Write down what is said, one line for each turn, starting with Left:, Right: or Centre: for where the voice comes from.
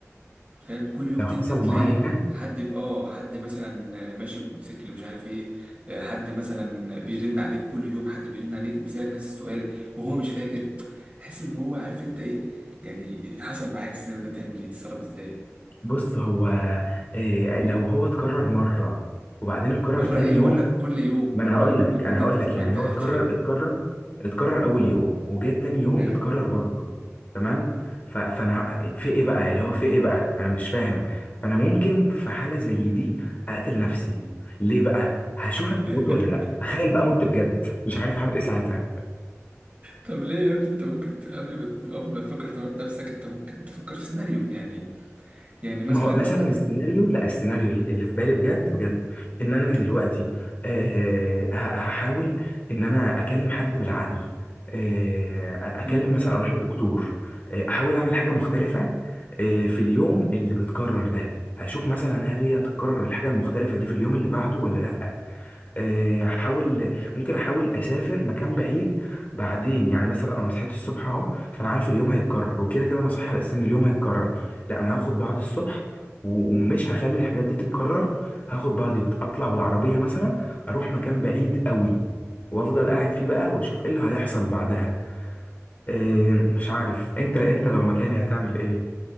Right: فاهم كل يوم
Left: لو
Right: تنزل
Left: حصل
Right: تلاقي
Left: معايا انا
Right: حد ب- اه حد مثلا ماشي بموتوسيكل مش عارف ايه آه، حد مثلا بيرن عليك كل يوم حد بيرن عليك وبيسألك نفس السؤال وهو مش فاكر تحس ان هو عارف انت ايه يعني حصل معاك السيناريو ده تعمل ايه تتصرف ازاي
Left: بص هو إيه لو هو اتكرر مره وبعدين اتكرر
Right: مرة
Left: تاني
Right: ايه
Left: يوم
Right: بقول لك كل يوم
Left: ما
Right: كل
Left: انا هقول
Right: يوم
Left: لك
Right: لمدة
Left: انا هقول لك
Right: اسبوعين
Left: يعني
Right: ثلاثة
Left: هو اتكرر اتكرر اتكرر اول يوم وجاء تاني يوم
Right: <laughs> حلو
Left: اتكرر برضه تمام ف- فانا ه- في ايه بقى اللي هو في ايه بقى انا مش فاهم فانا ممكن في حالة زي دي اقتل نفسي ليه بقى هشوفك
Right: <laughs>
Left: موت ولا لا تخيل بقى مت بجد مش عارف هعمل ايه ساعتها
Right: طب ليه يا ابني انت ممكن ت- قبل ما تموت قبل ما تفكر تموت نفسك انت ممكن تفكر في سيناريو يعني يعني مثلا
Left: ما هو مثلا السيناريو لا السيناريو اللي في بالي بجد بجد ان انا دلوقتي آه، ه- هحاول ان انا اكلم حد بالعقل آه، اكلم
Right: مم.
Left: مثلا اروح لدكتور آه، احاول اعمل حاجه مختلفه آه، في اليوم اللي بتكرر ده هشوف مثلا هل هي هتتكرر الحاجه المختلفه دي في اليوم اللي بعده ولا لا آه، احاول ممكن احاول اسافر مكان بعيد بعدين يعني مثلا انا صحيت الصبح اهو فانا عارف اليوم هيتكرر وكده كده انا صاحي على اساس ان اليوم هيتكرر لا انا هاخد بعض الصبح و- ومش هخلي الحاجات دي تتكرر هاخد بعضي بطلع بالعربيه مثلا اروح مكان بعيد قوي وافضل
Right: مم.
Left: قاعد فيه بقى واشوف ايه اللي هيحصل بعدها آه، مش عارف انت انت لو مكاني هتعمل ايه